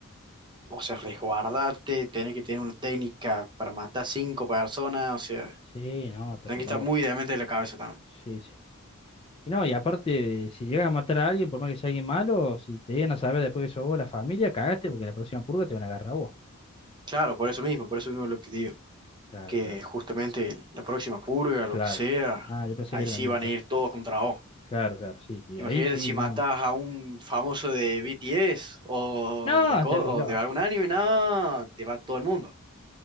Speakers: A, on the right; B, on the left.
A: o sea, resguardarte, tenés que tener una técnica para matar cinco personas, o sea,
B: Sí, no, te
A: tenés
B: re
A: que
B: loco.
A: estar muy demente de la cabeza también.
B: Sí, sí. Y no, y aparte, si llegas a matar a alguien, por más que sea alguien malo, si te llegan a saber después que sos vos la familia, cagaste porque la próxima purga te van a agarrar a vos.
A: Claro, por eso mismo, por eso mismo lo que digo.
B: Claro,
A: que
B: claro,
A: justamente la próxima purga, lo
B: claro.
A: que sea,
B: Ah, yo pensé
A: ahí
B: que era
A: sí
B: la misma,
A: van
B: claro.
A: a ir todos contra vos.
B: Claro, claro, sí. Y
A: Imagínate
B: ahí sí,
A: si
B: no.
A: matas a un famoso de BTS o
B: No,
A: de,
B: hasta
A: co-
B: el reloj.
A: o de algún anime, no, te va todo el mundo.